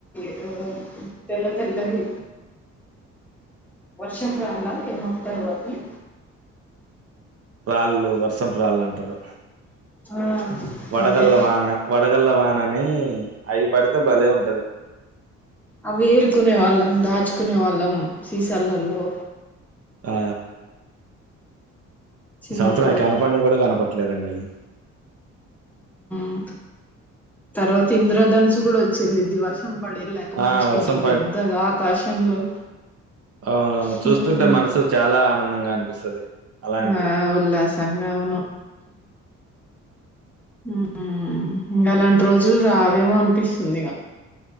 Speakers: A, in the centre; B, on the right (about 50°).
A: <inaudible> తెల్ల తెల్లవి వర్షంపు రాళ్ళ ఏం అంటారు వాటిని
B: రాళ్ళు వర్షపు రాళ్ళంటరు.
A: ఆ
B: వడగల్ల
A: అదే
B: వాన వడగల్ల వాననీ అయి పడ్తే భలే ఉం
A: అవి ఏరుకునే వాళ్ళం దాచు కునే వాళ్ళం సీసాలల్లో
B: ఆ
A: చిన్నప్పుడు
B: ఈ సంవత్సరం అయి కనపడన్ కూడా కనపట్లేదండి అయి
A: మ్ తర్వాత ఇంద్రధనుస్సు గుడా వచ్చేలిద్ది వర్షం పడేది లేక మంచిగ్
B: ఆ వర్షం
A: ఇంట్లో పెద్దగా ఆకాశంలో
B: అవునవు
A: హ్మ్
B: చూస్తుంటే మనసు చాలా ఆనందంగా అనిపిస్తది అలాంటి
A: ఆ ఉల్లాసంగా అవును మ్ ఇంగ అలాంటి రోజుల్ రావేమో అనిపిస్తుంది ఇగ